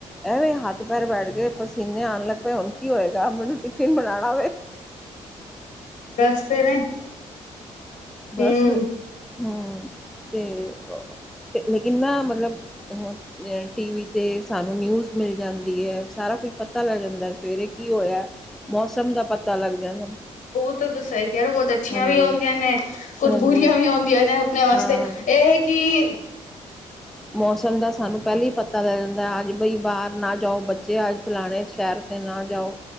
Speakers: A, in the centre; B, on the left.
A: ਐਵੇਂ ਹੱਥ ਪੈਰ ਬੈਠ ਗਏ, ਪਸੀਨੇ ਆਨ ਲੱਗ ਪਏ ਹੁਨ ਕੀ ਹੋਏਗਾ ਮੈਨੂੰ ਟਿਫਿਨ ਬਣਾਣਾ ਵੇ।
B: ਰਸਤੇ ਨੇ
A: ਬਸ
B: ਹੂੰ
A: ਹੂੰ, ਤੇ ਓ ਲੇਕਿਨ ਨਾ ਮਤਲਬ <unintelligible> ਟੀ ਵੀ ਤੇ ਸਾਨੂੰ ਨਿਊਜ਼ ਮਿਲ ਜਾਂਦੀ ਐ ਸਾਰਾ ਕੁਝ ਪਤਾ ਲੱਗ ਜਾਂਦੈ। ਸਵੇਰੇ ਕੀ ਹੋਏਆ, ਮੌਸਮ ਦਾ ਪਤਾ ਲੱਗ ਜਾਂਦਾ।
B: ਓ ਤਾਂ ਤੁ ਸਈ ਕੈ ਰੇ ਓ ਤੇ ਅੱਛੀਆਂ
A: ਹਾਂਜੀ,
B: ਵੀ ਆਉਦੀਆਂ, ਨੇ ਕੁਝ
A: ਹਾਂਜੀ
B: ਬੁਰੀਆਂ ਵੀ ਆਉਦੀਆਂ ਨੇ ਅਪਨੇ ਵਾਸਤੇ
A: ਹਾਂ
B: ਏ ਹੈ ਕਿ
A: ਮੌਸਮ ਦਾ ਸਾਨੂੰ ਪੈਲੇ ਹੀ ਪਤਾ ਲੱਗ ਜਾਂਦਾ ਅੱਜ ਬਈ ਬਾਰ ਨਾ ਜਾਓ ਬੱਚੇ ਅੱਜ ਫਲਾਣੇ ਸ਼ੈਰ ਤੇ ਨਾ ਜਾਓ,